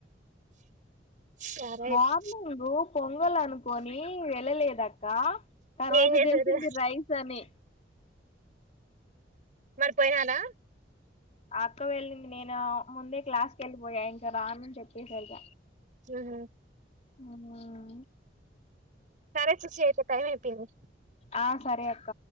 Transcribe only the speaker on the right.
సరే
అయితే
ఏం చేసారు
మరి పోయినారా
ఉహు
సారే సే శ్వేత టైం అయిపోయింది